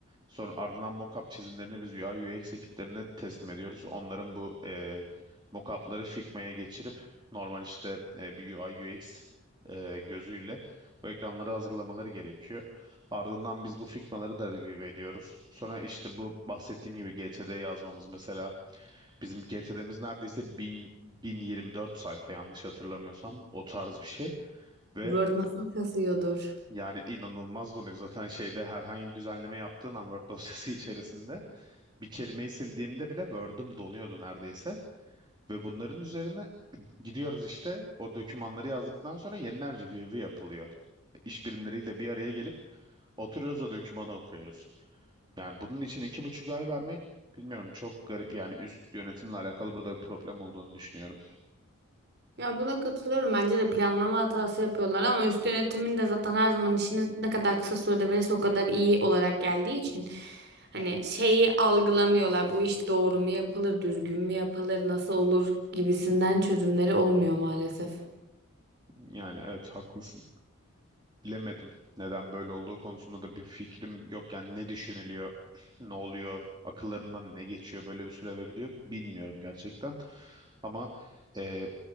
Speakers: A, on the right (about 20°); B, on the right (about 50°).
A: Sonra ardından mock-up çizimlerini biz UI UX ekiplerine teslim ediyoruz. Onların bu e, mock-up'ları Figma'ya geçirip normal işte e, bir UI UX e, gözüyle o ekranları hazırlamaları gerekiyor. Ardından biz bu Figma'ları da review ediyoruz. Sonra işte bu bahsettiğim gibi GTD yazmamız mesela Bizim GTD'miz neredeyse 1000, 1024 sayfa yanlış hatırlamıyorsam o tarz bir şey ve
B: Word nasıl kasıyordur?
A: yani inanılmaz donuyor. Zaten şeyde herhangi bir düzenleme yaptığın an Word dosyası <laughs> içerisinde bir kelimeyi sildiğimde bile Word'üm donuyordu neredeyse ve bunların üzerine <clears throat> Gidiyoruz işte o dokümanları yazdıktan sonra yeniden review'u yapılıyor. İş birimleriyle bir araya gelip oturuyoruz o dokümanı okuyoruz. Yani bunun için iki buçuk ay vermek bilmiyorum çok garip yani üst yönetimle alakalı burada bir problem olduğunu düşünüyorum.
B: Ya buna katılıyorum. Bence de planlama hatası yapıyorlar ama üst yönetimin de zaten her zaman işini ne kadar kısa sürede verirse o kadar iyi olarak geldiği için hani şeyi algılamıyorlar. Bu iş doğru mu yapılır, düzgün mü yapılır, nasıl olur gibisinden çözümleri olmuyor maalesef.
A: Yani evet haklısın. Bilemedim. Neden böyle olduğu konusunda da bir fikrim yok. Yani ne düşünülüyor, <clears throat> ne oluyor, akıllarından ne geçiyor, böyle bir süre veriliyor bilmiyorum gerçekten. Ama e,